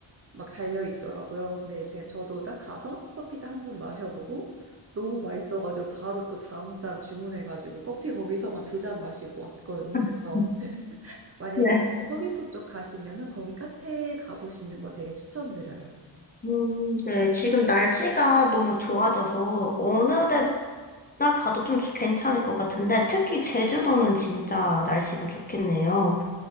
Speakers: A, on the right (about 30°); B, on the left (about 20°).
A: 막 달려 있더라고요. 근데 제 저도 딱 가서 커피 딱 한 잔 마셔보고 너무 맛있어가지고 바로 또 다음 잔 주문해가지고 커피 거기서만 두 잔 마시고 왔거든요. 그래서
B: <laughs>
A: 만약에
B: 네.
A: 서귀포 쪽 가시면은 거기 카페 가보시는 거 되게 추천드려요.
B: 음, 네, 지금 날씨가 너무 좋아져서 어느 데나 가도 좀 괜찮을 것 같은데 특히 제주도는 진짜 날씨가 좋겠네요.